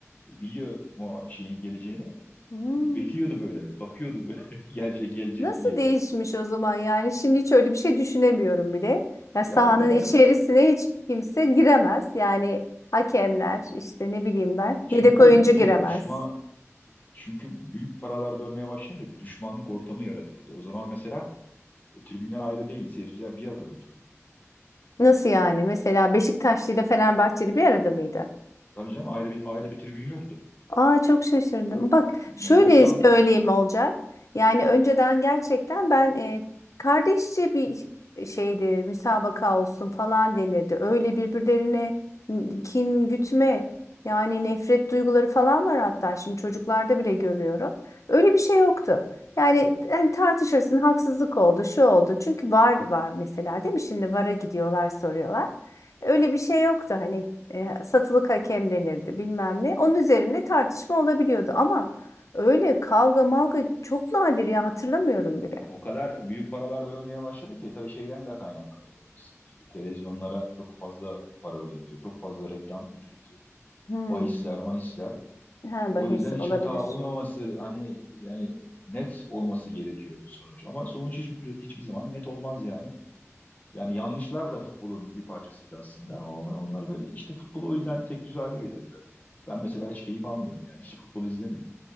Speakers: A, on the left (about 30°); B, on the left (about 80°).
A: Biliyor mu şeyin geleceğini.
B: Hmm.
A: Bekliyordu böyle. Bakıyordu böyle <laughs> gelecek gelecek
B: Nasıl
A: mi diye.
B: değişmiş o zaman yani? Şimdi hiç öyle bir şey düşünemiyorum bile. Ya sahanın
A: Ya o kadar
B: içerisine
A: e,
B: hiç kimse giremez. Yani hakemler işte ne bileyim ben.
A: E, Çünkü
B: Yedek oyuncu giremez.
A: bir düşman, çünkü büyük paralar dönmeye başlayınca bir düşmanlık ortamı yaratıldı. O zaman mesela e, tribünler ayrı değil, seyirciler bir arada oturuyor.
B: Nasıl yani? Mesela Beşiktaşlı ile Fenerbahçeli bir arada mıydı?
A: Tabii canım ayrı bir ayrı bir tribün yoktu.
B: Aa çok şaşırdım. Bak şöyle
A: O 90
B: söyleyeyim Olcay. Yani önceden gerçekten ben e, kardeşçe bir şeydi müsabaka olsun falan denirdi. Öyle birbirlerine kin gütme yani nefret duyguları falan var hatta şimdi çocuklarda bile görüyorum. Öyle bir şey yoktu. Yani, yani tartışırsın haksızlık oldu şu oldu. Çünkü var var mesela değil mi? Şimdi VAR'a gidiyorlar soruyorlar. Öyle bir şey yoktu. Hani e, satılık hakem denirdi bilmem ne. Onun üzerine tartışma olabiliyordu ama öyle kavga mavga çok nadir ya hatırlamıyorum bile.
A: ya o kadar büyük paralar dönmeye başladı ki tabii şeyden de kaynaklanıyor biraz. İşte televizyonlara çok fazla para ödeniyor, çok fazla reklam ücreti,
B: Hmm.
A: bahisler, mahisler.
B: Ha, bahis
A: O yüzden hiç
B: olabilir.
A: hata olmaması hani yani net olması gerekiyor sonuç. Ama sonuç hiç, hiçbir zaman net olmaz yani. Yani yanlışlar da futbolun bir parçasıydı aslında ama on- onları böyle işte futbolu o yüzden tek düze hale getirdiler. Ben mesela hiç keyif almıyorum yani hiç futbol izlemiyorum